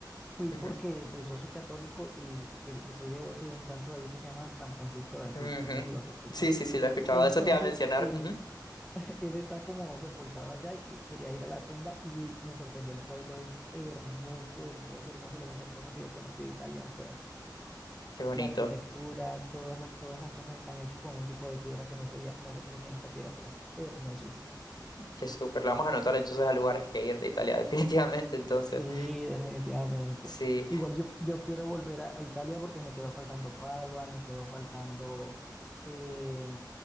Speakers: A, in the centre; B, on the left.
A: Fui
B: Ujú,
A: porque pues yo soy católico y, que- y soy devoto de un santo de allí que se llama San Francisco de Asís.
B: ujú.
A: No sé si lo has escuchado.
B: Sí, sí, sí, lo he escuchado.
A: Entonces,
B: Eso te iba a mencionar.
A: él,
B: Ujú.
A: <laughs> él está como sepultado allá y que, quería ir a la tumba y me sorprendió el pueblo. Es hermoso, hermoso, hermoso. Lo más hermoso que yo conocí de Italia fue Asís.
B: Qué bonito.
A: la arquitectura, todas las, todas las casas están hechas con un tipo de piedra que no sé, ya- no sé cómo se llama esa piedra, pero es hermosísimo.
B: Qué súper. Lo vamos a anotar entonces a lugares que ir de Italia, <laughs> definitivamente. Entonces,
A: Sí, definitivamente.
B: sí,
A: Igual yo, yo quiero volver a, a Italia porque me quedó faltando Padua, me quedó faltando eh,